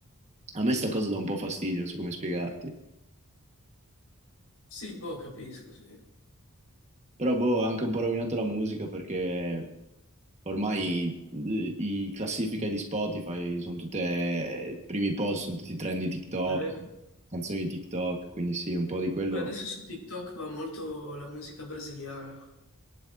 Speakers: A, on the right (about 30°); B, on the left (about 85°).
A: A me sta cosa dà un po' fastidio, non so come spiegarti.
B: Sì, boh, capisco, sì.
A: Però boh, ha anche un po' rovinato la musica perché ormai eh, i classifiche di Spotify sono tutte, i primi post sono tutti trend di TikTok,
B: È vero.
A: canzoni di TikTok, quindi sì, un po' di quello.
B: Poi adesso su TikTok va molto la musica brasiliana.